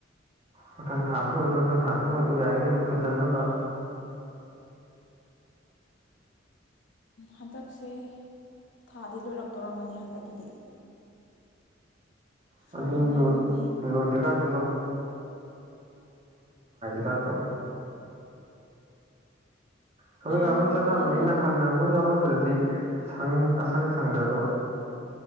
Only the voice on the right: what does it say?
ꯃꯊꯪ ꯊꯥꯗ ꯑꯣꯏꯔꯣ ꯍꯟꯇꯛ ꯊꯥꯗꯕꯨ ꯑꯣꯏꯔꯁꯨ ꯌꯥꯔꯤꯈꯩꯗꯤ ꯊꯨꯖꯟꯅꯕ
ꯑꯗꯨꯅꯤ
ꯂꯣꯏꯗ꯭ꯔꯤꯀꯥꯟꯗ ꯆꯠꯍꯧ <unintelligible> ꯊꯕꯛ
ꯏꯟꯈꯥꯡ ꯂꯣꯏ ꯆꯠꯅꯕꯅꯤꯅ ꯍꯪꯅꯕ ꯑꯃ ꯌꯥꯎꯅꯗ꯭ꯔꯗꯤ ꯄꯤ ꯁꯪ ꯑꯁꯪ ꯁꯪꯗꯗꯣ